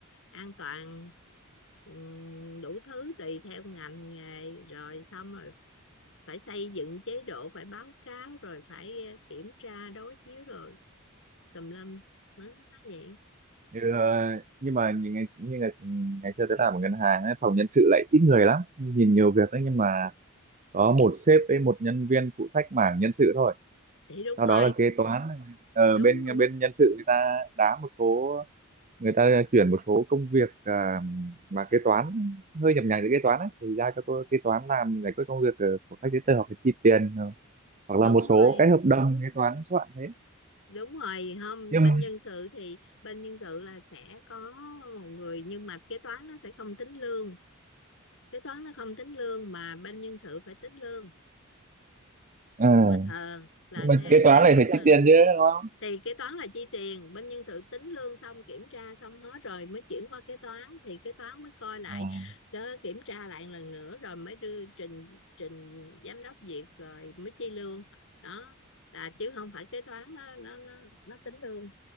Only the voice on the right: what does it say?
Ừ, ờ, nhưng mà những ngày như ngày ngày xưa tôi làm ở ngân hàng ấy, phòng nhân sự lại ít người lắm nhìn nhiều việc đấy nhưng mà có một sếp với một nhân viên phụ trách mảng nhân sự thôi
sau đó
là kế toán ờ,
bên
bên nhân sự người ta đá một số người ta chuyển một số công việc à, mà kế toán hơi nhập nhằng với kế toán ấy, thì giao cho tôi kế toán làm giải quyết công việc ờ, của các giấy tờ hoặc là chi tiền ờ, hoặc
là một số
cái hợp đồng kế toán soạn thế
nhưng
ờ,
nhưng mà
kế toán
này
phải chi
tiền chứ đúng không
à,